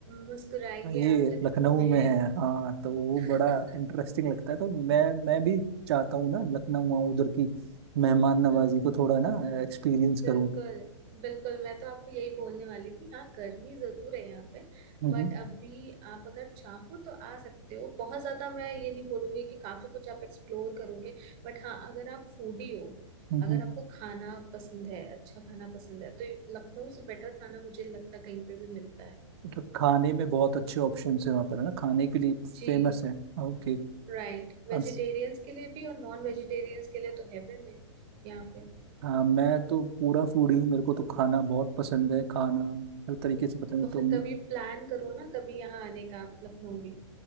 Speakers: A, on the right; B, on the right.
A: मुस्कुराइए
B: ये
A: आप लखनऊ
B: लखनऊ
A: में हैं
B: में है हाँ तो वो
A: <laughs>
B: बड़ा इंटरेस्टिंग लगता है तो मैं मैं भी चाहता हूँ ना लखनऊ आऊँ उधर की मेहमान नवाजी
A: हाँ
B: को थोड़ा ना एक्सपीरियंस
A: बिल्कुल
B: करूँ
A: बिल्कुल मैं तो आपको यही बोलने वाली थी हाँ गर्मी जरूर है यहाँ पे
B: हम्म
A: बट अभी आप अगर चाहो तो आ सकते हो बहुत ज्यादा मैं ये नहीं बोलूंगी कि काफी कुछ आप एक्सप्लोर करोगे बट हाँ अगर आप फूडी हो
B: हम्म
A: अगर
B: हम्म।
A: आपको खाना पसंद है अच्छा खाना पसंद है तो लखनऊ से बेटर खाना मुझे लगता है कहीं पे भी मिलता है
B: मतलब खाने में बहुत अच्छे ऑप्शन है वहाँ पर है ना खाने के लिए
A: जी
B: फेमस है ओके
A: राइट वेजिटेरियंस
B: और स-
A: के लिए भी और नॉन वेजिटेरियंस के लिए तो हेवन है यहाँ पे
B: हाँ मैं तो पूरा फूडी हूँ मेरे को तो खाना बहुत पसंद है खाना हर तरीके से पसंद है
A: तो
B: तो
A: फिर कभी प्लान करो ना कभी यहाँ आने का आप लखनऊ भी